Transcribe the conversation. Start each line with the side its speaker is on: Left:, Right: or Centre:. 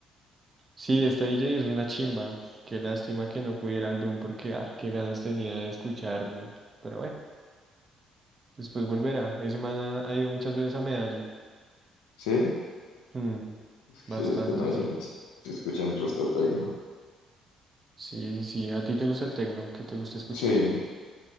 Right: sí, esta DJ es una chimba. Qué lástima que no pudiera al Doom porque, ah, qué ganas tenía de escucharlo. Pero bueno, después volverá. Ese man ha, ha ido muchas veces a Medallo.
Left: sí,
Right: Mm,
Left: sí,
Right: bastante,
Left: es que no
Right: sí.
Left: se escuchan resto tecno.
Right: Sí, sí, sí. ¿A ti te gusta el tecno? ¿Qué te gusta escuchar?
Left: Sí,